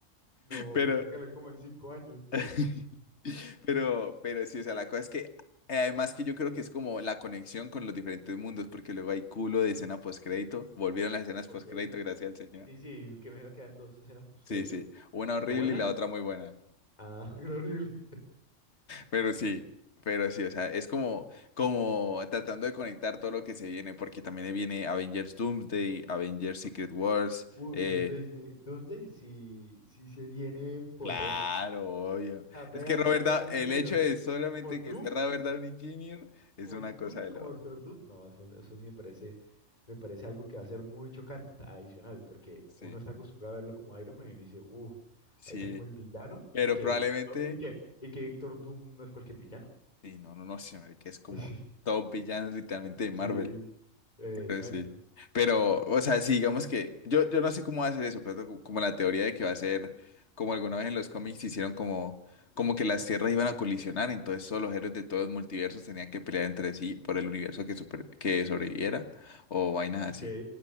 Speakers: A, on the left (about 35°); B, on the left (about 60°).
A: No,
B: Pero,
A: pensaba que era como en cinco años.
B: <laughs> Pero, pero sí, o sea, la cosa es que eh, además que yo creo que es como la conexión con los diferentes mundos, porque luego hay culo de escena postcrédito. Volvieron las escenas
A: Ok.
B: postcrédito, gracias al señor.
A: Sí, sí, que me imagino que dan dos escenas postcrédito.
B: Sí, sí. Una horrible
A: ¿Qué Ah, buenas?
B: y la otra muy buena.
A: ah, <laughs> pero horrible.
B: Pero sí, pero sí, o sea, es como, como tratando de conectar todo lo que se viene, porque también viene Avengers Doomsday, Avengers Secret Wars,
A: Uh,
B: eh,
A: Doomsday, Eh, sí- Doomsday sí, sí se viene potente.
B: Claro, obvio.
A: A ver
B: Es que
A: a
B: Robert
A: Robert
B: Da-
A: Downey
B: el
A: Jr.
B: hecho de solamente
A: como Doom,
B: que sea Robert Downey Jr. es
A: como
B: una
A: Doom,
B: cosa de
A: como
B: loco.
A: Doctor Doom. No, eso, eso sí me parece, me parece algo que va a ser muy chocante, ta- adicional, porque
B: Sí.
A: uno está acostumbrado a verlo como Iron Man y uno dice, uff,
B: Sí,
A: ahorita como el villano
B: pero
A: y que,
B: probablemente.
A: y que, y que Doctor Doom no es cualquier villano.
B: Sí, no, no, no sé, marica, es como
A: <laughs>
B: top villanos literalmente de Marvel.
A: Sí, eh, exacto.
B: Pero sí. Pero, o sea, sí, digamos que. Yo, yo no sé cómo va a ser eso, pero co- como la teoría de que va a ser. Como alguna vez en los cómics hicieron como. Como que las tierras iban a colisionar, entonces todos los héroes de todos los multiversos tenían que pelear entre sí por el universo que, super- que sobreviviera o vainas
A: Ok.
B: así.